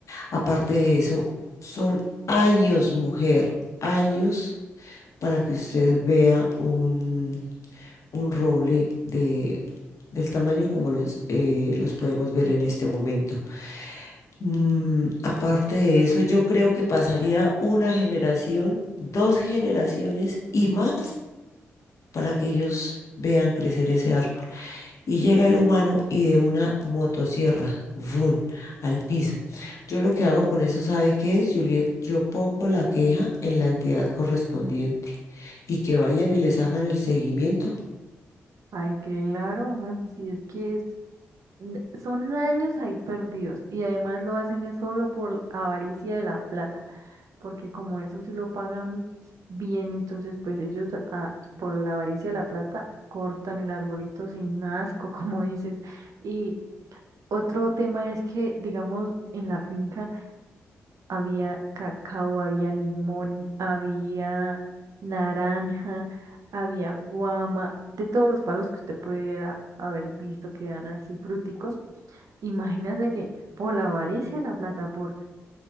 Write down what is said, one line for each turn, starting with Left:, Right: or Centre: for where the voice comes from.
Left: Aparte de eso, son años, mujer, años para que usted vea un, un roble de, del tamaño como los, eh, los podemos ver en este momento. Mm, aparte de eso, yo creo que pasaría una generación, dos generaciones y más para que ellos vean crecer ese árbol. Y llega el humano y de una motosierra, ¡vum!, al piso. Yo lo que hago con eso, ¿sabe qué es, Juliet? Yo pongo la queja en la entidad correspondiente y que vayan y les hagan el seguimiento.
Right: Ay, claro, ujú, si es que es n- Son años ahí perdidos y además lo hacen es solo por avaricia de la plata, porque como eso sí lo pagan bien, entonces pues ellos ah, por la avaricia de la plata cortan el arbolito sin asco, <laughs> como dices. Y otro tema es que, digamos, en la finca había cacao, había limón, había naranja, había guama, de todos los palos que usted pudiera haber visto que eran así fruticos. Imagínate que por la avaricia, de la plata, por